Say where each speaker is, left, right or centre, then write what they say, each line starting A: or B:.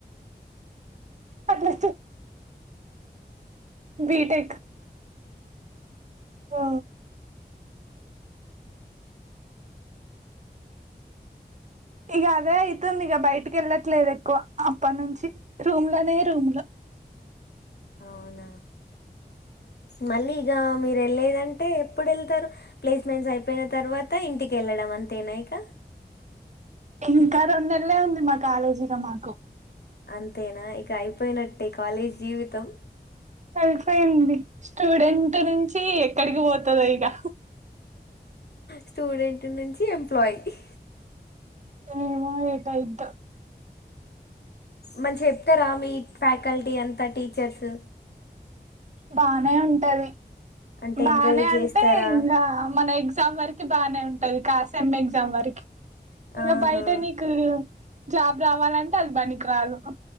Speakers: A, on the right; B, on the left.
A: అట్లా బీటెక్ ఆ ఇక అదే అయితుంది ఇక బయటికి వెళ్ళట్లేదు ఎక్కువ అప్ప నుంచి రూమ్ లోనే రూమ్ లో
B: అవునా మళ్ళీ ఇక మీర్ వెళ్ళేదంటే ఎప్పుడు వెళ్తారు ప్లేస్మెంట్స్ అయిపోయిన తర్వాత ఇంటికి వెళ్ళడం అంతేనా యిక
A: ఇంకా రెండు నెలలే ఉంది మా కాలేజీలో మాకు
B: అంతేనా ఇ ఇంక అయిపోయినట్టే కాలేజ్ జీవితం
A: సరిపోయింది స్టూడెంట్ నుంచి ఎక్కడికి పో సరే యీగా
B: స్టూడెంట్ నుంచి ఎంప్లాయ్కి
A: ఏమో ఏటి అయ్యుద్దో
B: మంచి చెప్తారా మీ ఫ్యాకల్టీ అంతా టీచర్స్
A: బానే ఉంటది
B: అంటే
A: బానే
B: ఎంకరేజ్
A: అంటే
B: చేస్తారా
A: ఇంకా మన ఎ ఎగ్జామ్ వరకే బాగానే ఉంటది తర్డ్ సేమ్ ఎగ్జామ్ వరకే ఇంక
B: ఆహా
A: బయట నీకు జాబ్ రావాలంటే అది పనికిరాదు